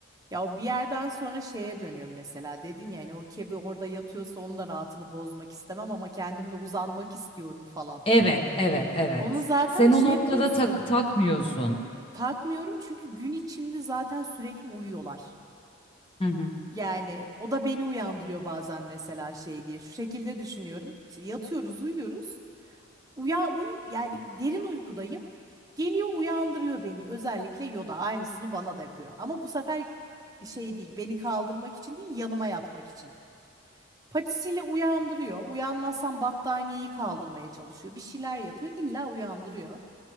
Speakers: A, on the right (about 15°); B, on the left (about 25°).
A: Ya o bir yerden sonra şeye dönüyorum mesela. Dedin ya hani o kedi orada yatıyorsa onun da rahatını bozmak istemem ama kendim de uzanmak istiyorum falan.
B: Evet, evet, evet.
A: Onu zaten
B: Sen
A: şey
B: o noktada
A: yapıyorsun.
B: tak takmıyorsun.
A: Takmıyorum çünkü gün içinde zaten sürekli uyuyorlar.
B: Hı hı.
A: Yani o da beni uyandırıyor bazen mesela şey diye. Şu şekilde düşünüyorum. İşte yatıyoruz, uyuyoruz. Uya uyu yani derin uykudayım. Geliyor uyandırıyor beni. Özellikle Yoda aynısını bana da yapıyor. Ama bu sefer şey değil, beni kaldırmak için değil, yanıma yatmak için. Patisiyle uyandırıyor. Uyanmazsam battaniyeyi kaldırmaya çalışıyor. Bir şeyler yapıyor, illa uyandırıyor.